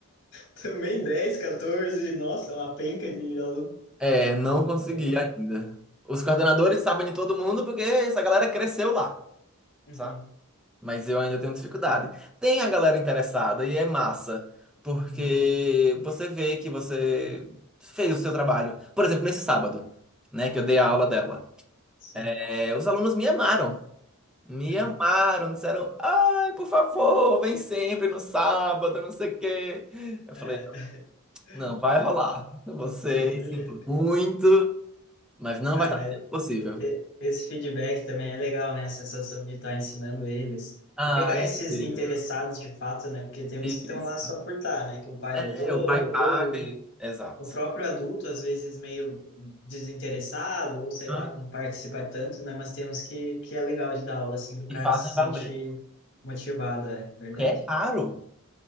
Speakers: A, on the left; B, in the centre.
A: Também 10, 14, nossa, uma penca de aluno.
B: É, não consegui
A: Tá louco.
B: ainda. Os coordenadores sabem de todo mundo porque essa galera cresceu lá,
A: Uhum.
B: sabe? Mas eu ainda tenho dificuldade. Tem a galera interessada e é massa, porque
A: Uhum.
B: você vê que você fez o seu trabalho. Por exemplo, nesse sábado, né, que eu dei a aula dela.
A: Sim.
B: É, os alunos me amaram. Me
A: Uhum.
B: amaram, disseram, ai, por favor, vem sempre no sábado, não sei o quê. Eu
A: É.
B: falei,
A: <laughs>
B: não, vai rolar. você,
A: Deus me
B: sinto
A: livre.
B: muito, mas não
A: Ah,
B: vai estar
A: mas
B: sendo possível.
A: e- e- esse feedback também é legal, né? A sensação de estar ensinando eles.
B: Ah,
A: E pegar
B: é
A: esses
B: incrível.
A: interessados de fato, né? Porque tem uns
B: Isso.
A: que estão lá só por estar, né? Que o pai
B: É,
A: botou, ou
B: o pai paga e... Exato.
A: o próprio adulto, às vezes meio desinteressado, ou sei
B: Hã?
A: lá, não participa tanto, né? Mas tem uns que, que é legal de dar aula, assim, que o cara
B: E fazem
A: se sente
B: valer.
A: motivado, é verdade.
B: É caro,